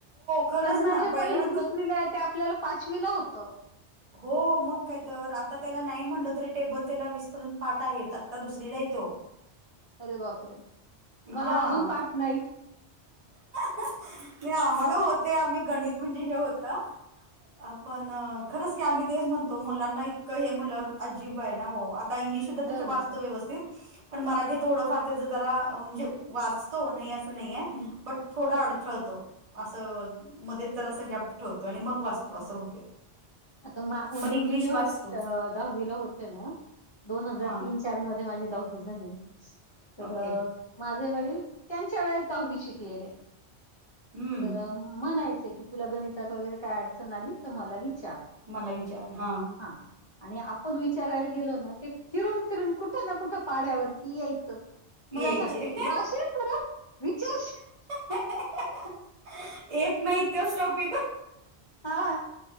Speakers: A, on the right; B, on the left.
A: खरंच
B: त्यांना
A: ना.
B: जे
A: पहिल्या
B: पहिली, दुसरीला
A: तर
B: आहे ते आपल्याला पाचवीला होतं.
A: हो! मग काय तर आता त्याला नाही म्हटलं तरी, टेबल त्याला वीसपर्यंत पाठ आहेत. आता दुसरीला आहे तो.
B: अरे बापरे! मला
A: हां.
B: अजून पाठ नाहीत.
A: नाही, आम्हाला होते. आम्ही गणित म्हणजे हे होतं आपण खरंच की आम्ही तेच म्हणतो, मुलांना इतकं हे म्हणलं अजिब आहे ना ओ. काही इंग्लीश शब्द,
B: हो
A: तो वाचतो
B: ना.
A: व्यवस्थित. पण मराठी थोडंफार त्याचं जरा म्हणजे वाचतो, नाही असं नाहीये
B: हम्.
A: थोडा अडथळतो असं मध्येच जर गॅप ठेवतो आणि मग वाचत असं
B: हं.
A: होते.
B: आता म्हणजे
A: पण इंग्लिश
B: मी जे
A: वाचतो
B: वाट दहावीला होते ना, दोन हजार
A: हा
B: तीन हजार चार मध्ये माझी दहावी झाली. तर
A: ओके
B: माझे वडील त्यांच्या वेळेस दहावी शिकलेले.
A: हम्म
B: तर म्हणायचे कि तुला गणितात वगैरे काय अडचण आली तर मला विचार.
A: मला विचार. हा.
B: हा. आणि आपण विचारायला गेलो ना, ते फिरून फिरून कुठं ना कुठं पाढ्यावरती यायचं. मग
A: यायचे
B: अश्या वेळी, जाशील परत विचारशील.
A: हाहा. येत नाही तोच टॉपिक.
B: हा.